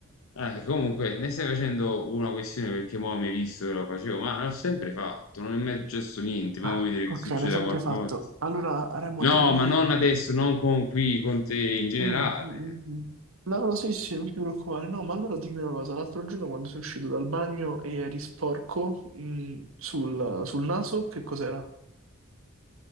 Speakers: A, on the left (about 75°); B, on the right (about 75°).
A: Eh, comunque, ne stai facendo una questione perché mo' mi hai visto che lo facevo, ma l'ho sempre fatto, non è mai successo niente, ma
B: Ah,
A: vuoi vedere
B: ok,
A: che succeda
B: l'hai sempre
A: qualcosa?
B: fatto. Allora, Remo,
A: No,
B: dimmi...
A: ma non adesso, non con qui, con te in generale.
B: Mm, mm, mm. mm. No, sì, sì, non ti preoccupare. No, ma allora dimmi una cosa. L'altro giorno quando sei uscito dal bagno e eri sporco, mm, sul, sul naso, che cos'era?